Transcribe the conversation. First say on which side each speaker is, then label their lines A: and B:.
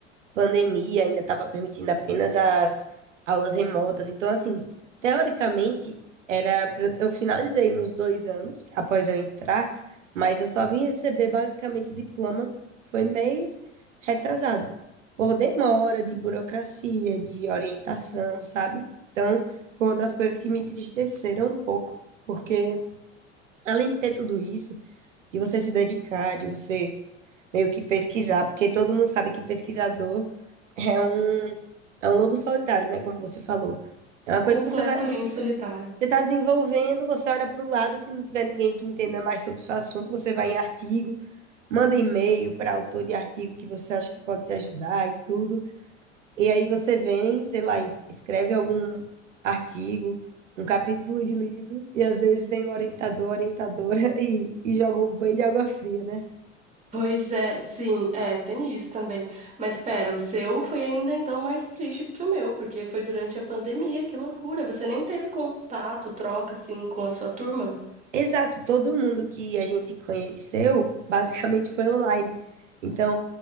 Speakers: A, on the right; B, on the right.
A: pandemia ainda estava permitindo apenas as aulas remotas. Então, assim, teoricamente, era pra- eu finalizei nos dois anos após eu entrar, mas eu só vim receber basicamente o diploma foi mês retrasado, por demora de burocracia, de orientação, sabe? Então, foi uma das coisas que me entristeceram um pouco, porque além de ter tudo isso, de você se dedicar, de você meio que pesquisar, porque todo mundo sabe que pesquisador é um, é um lobo solitário, né? Como você falou. É uma
B: Completamente
A: coisa que você tá,
B: solitário.
A: você tá desenvolvendo, você olha para o lado, se não tiver ninguém que entenda mais sobre o seu assunto, você vai em artigo, manda e-mail para autor de artigo que você acha que pode te ajudar e tudo. E aí você vem, sei lá, es- escreve algum artigo, um capítulo de livro, e às vezes vem o orientador, orientadora <laughs> e, e joga um banho de água fria, né?
B: Pois é, sim, é, tem isso também. Mas pera, o seu foi ainda então mais triste que o meu, porque foi durante a pandemia, que loucura. Você nem teve contato, troca assim com a sua turma?
A: Exato, todo mundo que a gente conheceu basicamente foi online. Então,